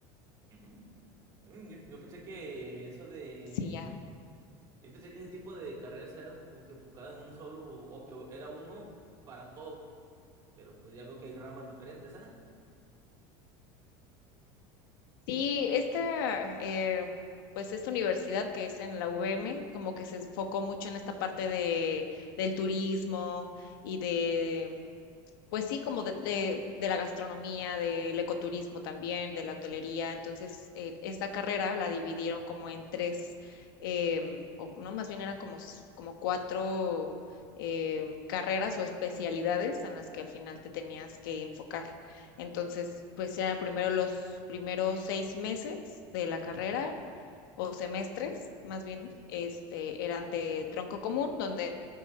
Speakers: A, on the right; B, on the left.
A: ujú. Mm, yo, yo pensé que eso de,
B: Sí, ya.
A: yo pensé que ese tipo de carreras era como que enfocada en un solo, o que era uno para todo, pero pues ya veo que hay ramas diferentes, ¿ah?
B: Sí, esta, eh, pues esta universidad que es en la UVM, como que se enfocó mucho en esta parte de, del turismo y de pues sí, como de, de- de la gastronomía, del ecoturismo también, de la hotelería. Entonces, eh, esta carrera la dividieron como en tres, em, o no, más bien eran como, s- como cuatro em, carreras o especialidades en las que al final te tenías que enfocar. Entonces, pues era primero los primeros seis meses de la carrera o semestres, más bien, este, eran de tronco común, donde